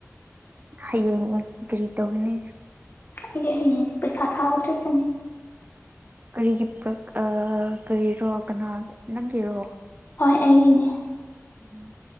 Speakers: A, on the right; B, on the left.
A: ꯍꯌꯦꯡ ꯀꯔꯤ ꯇꯧꯒꯅꯤ
B: ꯌ ꯄꯤꯥ ꯊꯥꯕ ꯆꯅꯤ
A: ꯀꯔꯤꯒꯤ ꯄ ꯀꯔꯤꯔꯣ ꯀꯅꯥ ꯅꯪꯒꯤꯔꯣ
B: ꯑꯩꯅꯦ
A: ꯎꯝ